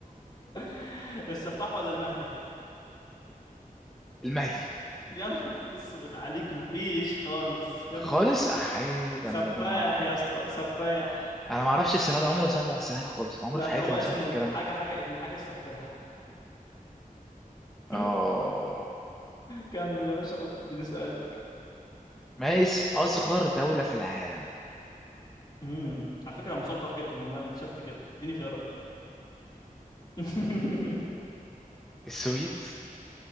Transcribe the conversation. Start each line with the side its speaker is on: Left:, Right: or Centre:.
Left: <laughs> السفاح ولا المهدي
Centre: المهدي
Left: يا نهار اسود عليك مفيش خالص يا
Centre: خالص
Left: نهار اسود
Centre: احيد
Left: سفاح
Centre: انا ده ده انا ده
Left: يا
Centre: انا
Left: اسطى سفاح
Centre: انا ما اعرفش السبعة ده عمري ما سمعت عن السبعة ده خالص عمري
Left: لا
Centre: في
Left: ده
Centre: حياتي
Left: هو
Centre: ما
Left: اسمه
Centre: سمعت الكلام
Left: حاجة
Centre: ده
Left: حاجة ابن حاجة السفاح <laughs>
Centre: اه
Left: كمل يا باشا خد اديني سؤالك
Centre: ما اسم اصغر دولة في العالم
Left: امم على فكرة مثقف جدا والله انا اكتشفت كده اديني خيارات <laughs>
Centre: السويد